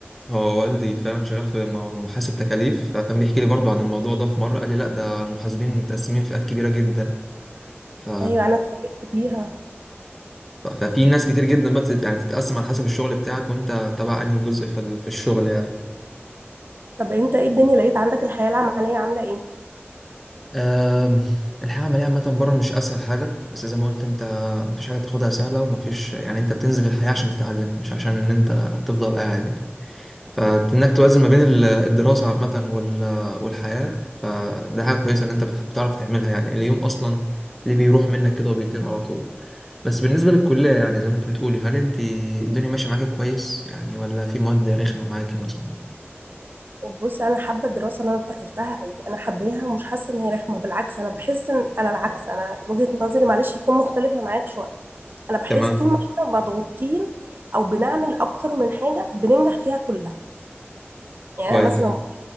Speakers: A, in the centre; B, on the right.
A: هو والدي فعلا شغال في مو- محاسب تكاليف فكان بيحكي لي برضو عن الموضوع ده في مره قال لي لا ده المحاسبين متقسمين فئات كبيره جدا ف...
B: ايوه انا اتفاجئت بيها
A: ف- ففي ناس كتير جدا بقى بتت... يعني تتقسم على حسب الشغل بتاعك وانت تبع انهي جزء في ال... في الشغل يعني
B: طب انت ايه الدنيا لقيت عندك الحياة العملية عاملة ايه؟
A: أم، الحياة العملية عامة بره مش أسهل حاجة بس زي ما قلت أنت مفيش حاجة تاخدها سهلة ومفيش يعني أنت بتنزل الحياة عشان تتعلم مش عشان إن أنت تفضل قاعد يعني فإنك توازن ما بين ال- الدراسة عامة وال- والحياة فده حاجة كويسة إن أنت بتح- بتعرف تعملها يعني اليوم أصلا ليه بيروح منك كده وبيطير على طول بس بالنسبة للكلية يعني زي ما أنت بتقولي هل أنت الدنيا ماشية معاكي كويس يعني ولا في مواد رخمة معاكي مثلا؟
B: بص انا حابة الدراسة اللي انا دخلتها قوي انا حباها ومش حاسة ان هي رخمة بالعكس انا بحس ان انا العكس انا وجهة نظري معلش هتكون مختلفة معاك شوية انا بحس
A: تمام
B: طول ما احنا مضغوطين او بنعمل اكتر من حاجة بننجح فيها كلها يعني
A: كويس
B: انا مثلا